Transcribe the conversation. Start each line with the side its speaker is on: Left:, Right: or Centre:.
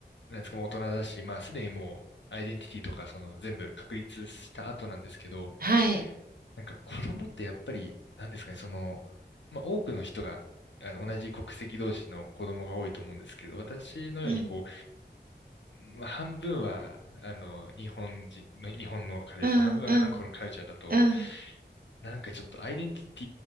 Left: なんですか、まあ大人だし、まあすでにもう、アイデンティティとか、その全部確立した後なんですけど、
Right: はい。
Left: なんか子供ってやっぱり、なんですかね、その、まあ多くの人が、あの、同じ国籍同士の子供が多いと思うんですけど、私のようにこ
Right: うん、
Left: う、まあ半分は、あの、日本人の、日本のカルチャー、
Right: うん、
Left: 半分は韓国のカルチャーだと、
Right: うん、うん、
Left: なんかちょっとアイデンティ